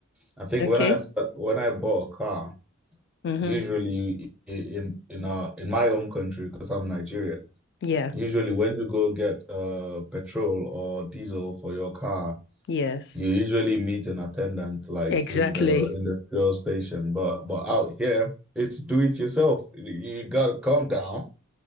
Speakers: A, in the centre; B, on the left.
A: I think
B: Okay.
A: when I st- when I bought a car.
B: Mm-hmm.
A: Usually in in our in my own country, because I'm Nigerian,
B: Yeah,
A: usually when you go get uh petrol or diesel for your car,
B: yes,
A: you usually meet an attendant like
B: exactly.
A: in the in the fuel station. But but out here, it's do it yourself. You you gotta come down